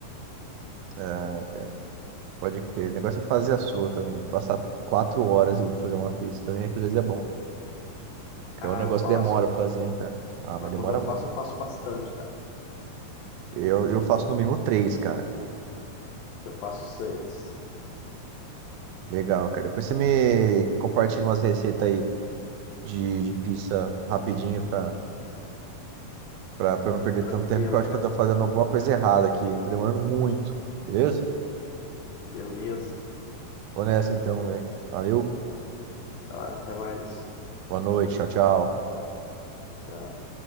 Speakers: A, on the right (about 85°); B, on the left (about 80°).
A: Ah, cara, pode crer. O negócio é fazer a sua também. Passar quatro horas ali pra fazer uma pizza também, às vezes é bom. Porque
B: Ah,
A: o negócio
B: eu faço,
A: demora pra fazer, hein, cara? Ah,
B: mas
A: mas demora
B: quando eu faço,
A: muito.
B: eu faço bastante, cara.
A: Eu, eu faço no mínimo três, cara.
B: Eu faço seis.
A: Legal, cara. Depois você me compartilha umas receitas aí de, de pizza rapidinho pra, pra, pra eu não perder
B: Tranquilo,
A: tanto tempo, que eu acho
B: cara.
A: que eu tô fazendo alguma coisa errada aqui. Tá demorando muito, beleza?
B: Beleza.
A: Vou nessa então, velho. Valeu,
B: Vai lá, até mais.
A: boa noite, tchau, tchau.
B: Tchau.